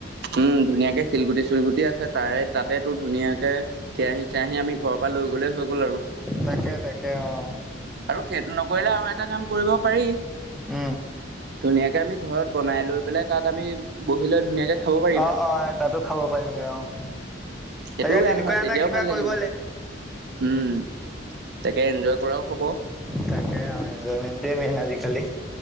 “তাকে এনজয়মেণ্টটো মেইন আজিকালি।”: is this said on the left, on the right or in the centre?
Centre